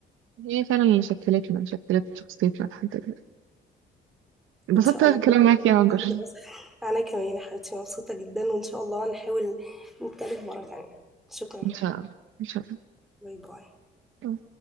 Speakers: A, on the right; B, in the centre.
A: هي فعلا اللي شكلتنا شكلت شخصيتنا لحد دلوقتي انبسطت
B: ان شاء
A: الكلام
B: الله باذن
A: معاك يا
B: الله
A: هاجر
B: في دراسه انا كمان يا حبيبتي مبسوطه جدا وان شاء الله نحاول نتكلم مره تانية شكرا
A: ان شاء الله ان شاء الله
B: باي باي
A: باي